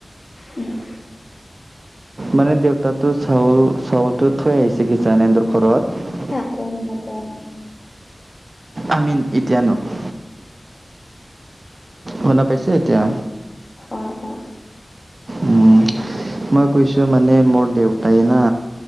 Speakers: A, on the left; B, on the right.
A: <inaudible> উম।
B: মানে দেউতাৰতো চাউল, চাউলটো থৈ আহিছে কিজানি সেতঁতৰ ঘৰত।
A: <unintelligible>
B: আমি এতিয়া নকওঁ। শুনা পাইছে এতিয়া?
A: অ অ
B: উম, মই কৈছো মানে মোৰ দেউতাই না